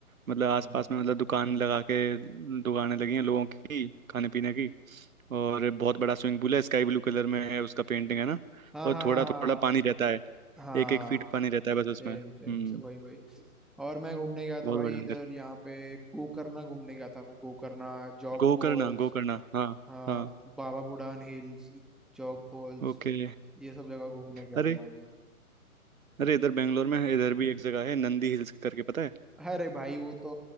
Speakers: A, on the right; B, in the centre.
A: मतलब आसपास
B: हम्म
A: में मतलब दुकान लगा के दुकानें लगी हैं लोगों की खाने पीने की और बहुत बड़ा स्विमिंग पूल है स्काई ब्लू कलर में है उसका पेंटिंग है ना
B: हाँ
A: और
B: हाँ
A: थोड़ा
B: हाँ
A: थोड़ा पानी रहता है
B: हाँ हाँ।
A: एक एक फीट
B: हाँ हाँ
A: पानी रहता है बस
B: सेम
A: उसमें हम्म
B: सेम से वही वही और मैं घूमने गया था
A: बहुत
B: भाई
A: बड़े मंदिर
B: इधर यहाँ पे गोकर्णा घूमने गया था मैं गोकर्णा जॉग
A: गोकर्ण
B: फॉल्स
A: गोकर्ण हाँ
B: हाँ
A: हाँ
B: बाबा बुडान हिल्स जॉग फॉल्स
A: ओके
B: ये सब जगह घूमने गया
A: अरे
B: हूँ भाई मैं
A: अरे इधर बेंगलोर में है, इधर भी एक जगह है नंदी हिल्स करके पता है
B: अरे भाई वो तो